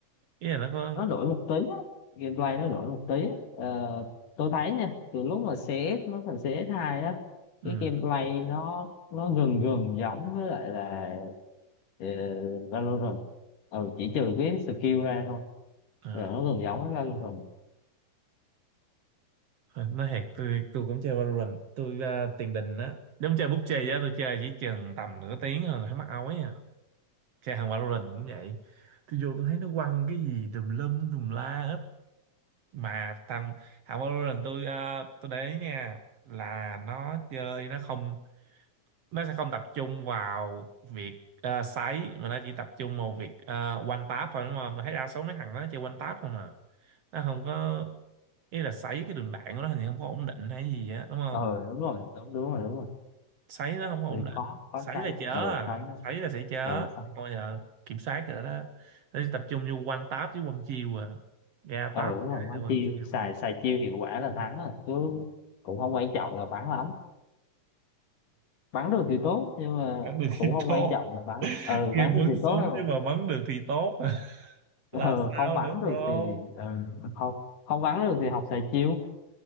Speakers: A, on the right; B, on the left.
A: ý là nó có
B: nó đổi một tí á gameplay nó đổi một tí á Ờ, tôi thấy nha từ lúc mà CS nó thành CS2 á
A: ừ,
B: cái gameplay nó nó gần gần giống với lại là ờ, Valorant ừ chỉ trừ cái skill ra thôi
A: ờ,
B: là nó gần giống với Valorant
A: nó thiệt tôi tôi cũng chơi Valorant tôi ờ, tiền đình á giống chơi PUBG á tôi chơi chỉ chừng tầm nửa tiếng rồi là thấy mắc ói à chơi hàng Valorant cũng vậy tôi vô tôi thấy nó quăng cái gì tùm lum tùm la hết mà thằng thằng Valorant tôi ờ, tôi để ý nha là nó chơi nó không nó sẽ không tập trung vào việc ờ, sấy mà nó chỉ tập trung vào việc uh, one tap thôi đúng không mà thấy đa số mấy thằng nó chơi one tap không mà nó không có ý là sấy cái đường đạn của nó hình như không có ổn định hay gì á đúng không
B: ờ đúng rồi đúng đúng rồi đúng rồi
A: sấy nó không có
B: thì
A: ổn định
B: có có
A: sấy
B: sấy
A: là chớ
B: ừ
A: à
B: sấy nữa
A: sấy là sẽ chớ
B: ờ sấy
A: bây giờ kiểm soát rồi đó nó chỉ tập trung vô one tap với one chiêu à ra
B: ờ
A: tap
B: đúng rồi quá
A: rồi
B: chiêu
A: one chiêu
B: xài xài chiêu hiệu quả là thắng rồi chứ cũng không quan trọng là bắn lắm bắn được thì tốt nhưng mà
A: ăn được
B: cũng
A: thì
B: không
A: thôi
B: quan trọng là bắn ờ
A: kia
B: bắn
A: bắn
B: được thì
A: súng
B: tốt
A: nhưng mà bắn được thì tốt <laughs>
B: ờ
A: là
B: không
A: sao
B: bắn
A: nữa
B: được
A: bro
B: thì ờ không không bắn được thì học xài chiêu